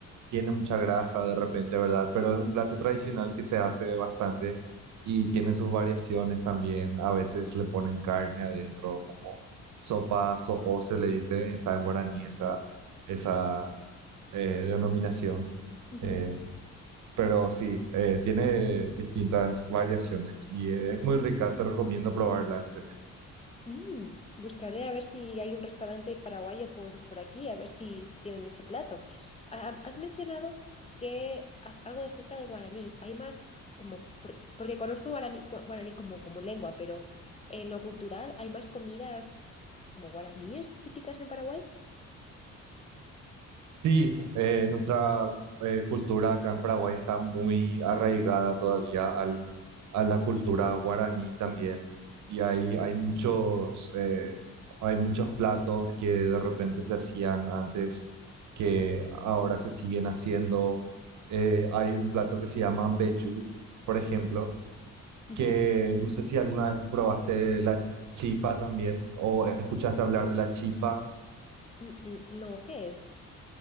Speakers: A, on the right; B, on the left.
A: tiene mucha grasa de repente, ¿verdad? Pero es un plato tradicional que se hace bastante y tiene sus variaciones también. A veces le ponen carne adentro, como sopa so'o se le dice, está en guaraní esa, esa eh, denominación.
B: Ujú.
A: Eh, pero sí, eh, tiene distintas variaciones y es muy rica, te recomiendo probarla, en serio.
B: Mm, buscaré a ver si hay un restaurante paraguayo por, por aquí, a ver si, si tienen ese plato. Ah, has mencionado que haz- algo de cerca del guaraní. Hay más como, por- porque conozco guaraní, gu- guaraní como, como lengua, pero en lo cultural hay más comidas como guaraníes típicas en Paraguay.
A: Sí, eh, nuestra eh, cultura acá en Paraguay está muy arraigada todavía al, a la cultura guaraní también. Y hay, hay muchos, eh, hay muchos platos que de repente se hacían antes que ahora se siguen haciendo. Eh, hay un plato que se llama mbejú, por ejemplo,
B: Ujú.
A: que no sé si alguna vez probaste la chipa también o escuchaste hablar de la chipa.
B: Mm, mm, no, ¿qué es?